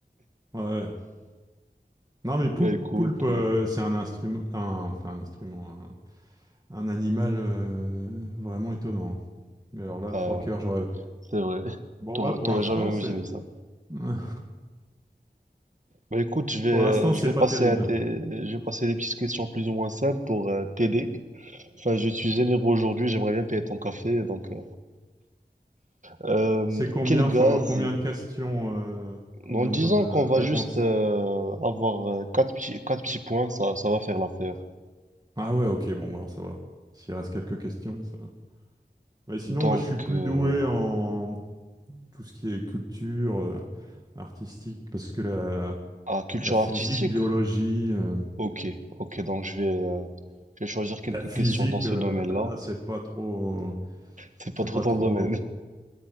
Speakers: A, on the right; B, on the right.
A: Ouais. ouais. Non, mais pou-
B: Bah écoute,
A: poulpe, euh,
B: euh,
A: c'est un instrument, un, enfin, un instrument, un, un animal euh, vraiment étonnant. Mais alors là,
B: ah,
A: trois cœurs, j'aurais.
B: c'est vrai.
A: Bon
B: T'aurais
A: bah, pour
B: t'aurais
A: l'instant,
B: jamais imaginé
A: c'est,
B: ça.
A: <laughs>
B: Bah écoute, je vais,
A: pour l'instant,
B: euh,
A: c'est
B: je vais
A: pas
B: passer
A: terrible.
B: à des, je vais passer à des petites questions plus ou moins simples pour euh, t'aider. Enfin, je suis généreux aujourd'hui, j'aimerais bien payer ton café, donc. euh, Euh,
A: C'est combien?
B: quel gaz?
A: Faut avoir combien de questions, euh, combien
B: En disant
A: de bonnes euh,
B: qu'on va
A: réponses?
B: juste euh, avoir euh, quatre petits, quatre petits points, ça, ça va faire l'affaire.
A: Ah ouais, ok, bon, bah, alors ça va. S'il reste quelques questions, ça. va. Mais sinon,
B: Donc,
A: moi, je suis plus
B: euh,
A: doué en, tout ce qui est culture euh, artistique, parce que la,
B: à culture
A: la physique,
B: artistique?
A: biologie, euh,
B: Ok, ok, donc je vais, euh, je vais choisir quelques
A: la physique,
B: questions dans ce
A: euh,
B: domaine-là.
A: là, c'est pas trop,
B: C'est pas
A: c'est
B: trop
A: pas
B: ton
A: trop.
B: domaine.